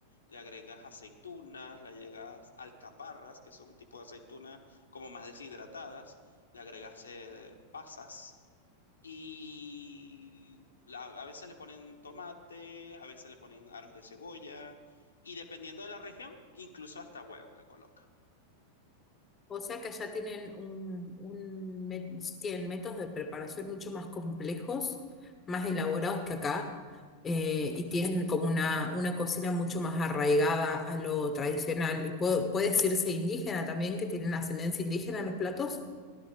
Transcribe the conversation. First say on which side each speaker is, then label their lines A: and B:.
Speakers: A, on the left; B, on the left.
A: le agregas aceitunas, le agregas alcaparras, que son un tipo de aceitunas como más deshidratadas, le agregas eh, pasas y la- a veces le ponen tomate, a veces le ponen aros de cebolla y dependiendo de la región, incluso hasta huevo le colocan.
B: O sea que allá tienen un, un met- tienen métodos de preparación mucho más complejos, más elaborados que acá, eh, y tienen como una, una cocina mucho más arraigada a lo tradicional. Y puede, puede decirse indígena también, que tienen ascendencia indígena en los platos.